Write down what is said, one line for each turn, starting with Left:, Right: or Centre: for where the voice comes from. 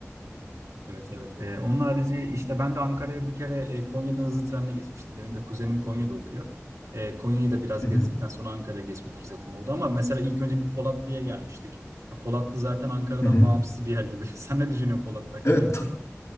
Right: Evet evet. Ee, onun harici işte ben de Ankara'ya bir kere e, Konya'dan hızlı trenle geçmiştim. Benim de kuzenim Konya'da okuyor. Ee, Konya'yı da biraz
Left: Hı
Right: gezdikten
Left: hı.
Right: sonra Ankara'ya geçme fırsatım oldu. Ama mesela ilk önce bir Polatlı'ya gelmiştik. Ya, Polatlı zaten Ankara'dan
Left: Hı hı.
Right: bağımsız bir yer gibi. <laughs> Sen ne düşünüyorsun Polatlı hakkında?
Left: Evet ta-